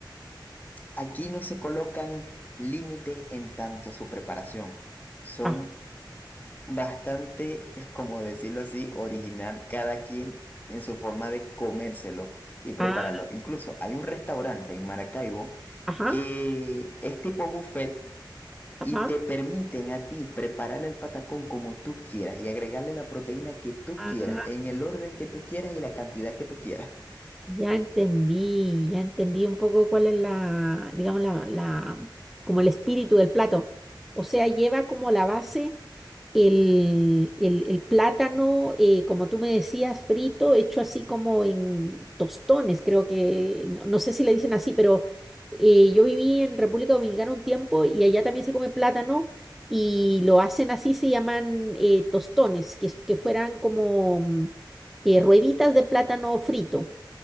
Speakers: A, on the left (about 20°); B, in the centre.
A: aquí no se colocan límites en tanto su preparación. Son
B: Ah,
A: bastante, es como decirlo así, original cada quien en su forma de comérselo y prepararlo.
B: ah,
A: Incluso hay un restaurante en Maracaibo
B: ajá,
A: que es tipo buffet
B: ajá.
A: y te permiten a ti preparar el patacón como tú quieras y agregarle la proteína que tú
B: Ah,
A: quieras, en el orden que tú quieras y la cantidad que tú quieras. <laughs>
B: ya entendí, ya entendí un poco cuál es la, digamos, la, la, como el espíritu del plato. O sea, lleva como la base. El, el- el plátano, eh, como tú me decías, frito, hecho así como en tostones, creo que, no, no sé si le dicen así, pero eh, yo viví en República Dominicana un tiempo y allá también se come plátano y lo hacen así, se llaman eh, tostones, que, es- que fueran como mm, eh, rueditas de plátano frito,